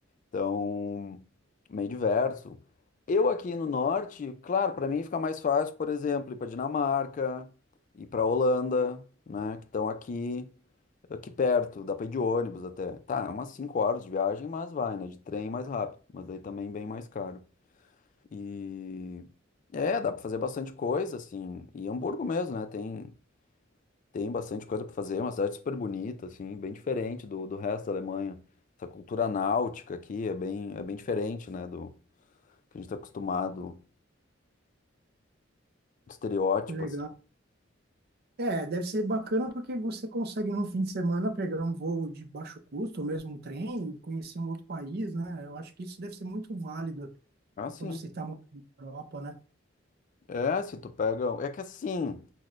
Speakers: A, on the left; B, on the right.
A: Então, meio diverso. Eu aqui no norte, claro, para mim fica mais fácil, por exemplo, ir para Dinamarca, ir para Holanda, né, que estão aqui aqui perto, dá para ir de ônibus até. Tá, é umas 5 horas de viagem, mas vai, né, de trem mais rápido, mas daí também bem mais caro. E é, dá para fazer bastante coisa assim, e Hamburgo mesmo, né? Tem tem bastante coisa para fazer, é uma cidade super bonita, assim, bem diferente do, do resto da Alemanha. Essa cultura náutica aqui é bem, é bem diferente, né, do que a gente está acostumado, do estereótipo,
B: Que legal.
A: assim.
B: É, deve ser bacana porque você consegue num fim de semana pegar um voo de baixo custo, ou mesmo um trem, e conhecer um outro país, né? Eu acho que isso deve ser muito válido
A: Ah, sim.
B: quando você está morando na Europa, né?
A: É, se tu pega... É que assim,